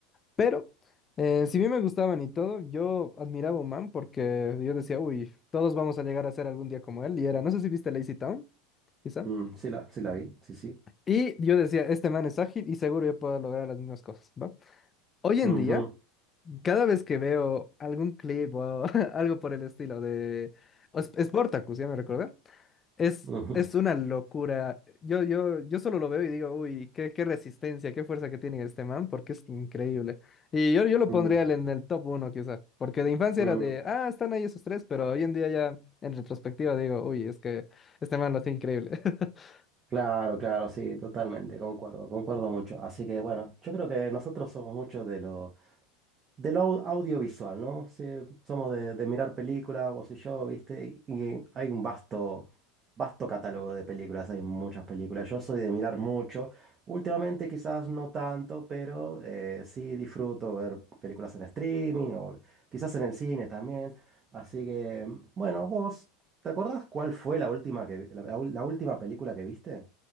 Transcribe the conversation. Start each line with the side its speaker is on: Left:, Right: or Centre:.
Left: Pero, eh, si bien me gustaban y todo, yo admiraba a Human porque yo decía, uy, todos vamos a llegar a ser algún día como él. Y era, no sé si viste Lazy Town, quizá.
Right: Mm, sí la, sí la vi, sí, sí.
Left: Y yo decía, este man es ágil y seguro yo puedo lograr las mismas cosas, ¿va? Hoy en
Right: Ujú,
Left: día cada vez que veo algún clip o <laughs> algo por el estilo de Os- Sportacus, ya me recordé, es,
Right: ujú,
Left: es una locura. Yo, yo, yo solo lo veo y digo, uy, qué, qué resistencia, qué fuerza que tiene este man, porque es increíble. Y yo, yo lo
Right: ujú,
Left: pondría en el top uno, quizá, porque de infancia
Right: ujú.
Left: era de, ah, están ahí esos tres, pero hoy en día ya en retrospectiva digo, uy, es que este man lo hace increíble. <laughs>
Right: Claro, claro, sí, totalmente, concuerdo, concuerdo mucho. Así que bueno, yo creo que nosotros somos muchos de los de lo au- audiovisual, ¿no? Sí, somos de, de mirar películas, vos y yo, ¿viste? Y hay un vasto, vasto catálogo de películas, hay muchas películas. Yo soy de mirar mucho. Últimamente quizás no tanto, pero eh, sí disfruto ver películas en streaming o quizás en el cine también. Así que, bueno, vos, ¿te acordás cuál fue la última que, la, la ul- la última película que viste?